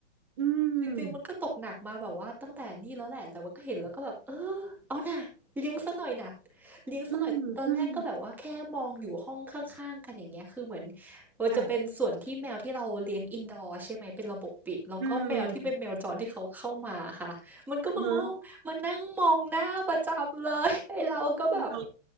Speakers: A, on the right (about 25°); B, in the centre.
A: อื
B: จริงๆมันก็ตกหนักมาแบบว่าตั้งแต่นี่แล้วแหละแต่ว่าก็เห็นแล้วก็แบบเออเอาน่ะเลี้ยงซะหน่อยน่ะ
A: ม
B: เลี้ยงซะหน่อยตอนแรกก็แบบว่าแค่มองอยู่ห้องข้างๆกันอย่างเงี้ยคือเหมือน
A: อืมอืม
B: มันจะเป็นส่วนที่แมวที่เราเลี้ยงอินดอร์ใช่ไหมเป็นระบบปิดแล้วก็แมวที่เป็นแมวจรที่เขาเข้ามาค่ะมันก็มามองมานั่งมองหน้าประจำเลยไอ้เราก็แบบ
A: ค่ะอืมเนอะเรา